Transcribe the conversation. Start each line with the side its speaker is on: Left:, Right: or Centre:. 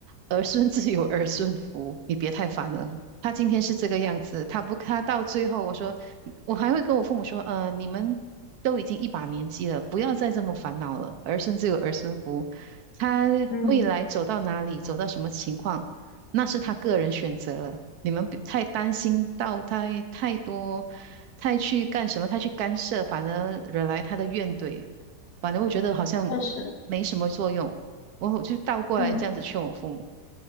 Right: 儿孙自有儿孙福，你别太烦了。他今天是这个样子，他不，他到最后，我说，我还会跟我父母说，嗯，你们都已经一把年纪了，不要再这么烦恼了。儿孙自有儿孙福，他未来走到哪里，
Left: 嗯，
Right: 走到什么情况，那是他个人选择了，你们不太担心到太太多，太去干什么，太去干涉，反而惹来他的怨怼，反正我觉得好像
Left: 确实，
Right: 没什么作用。我就倒过来这样子劝我父母，
Left: 嗯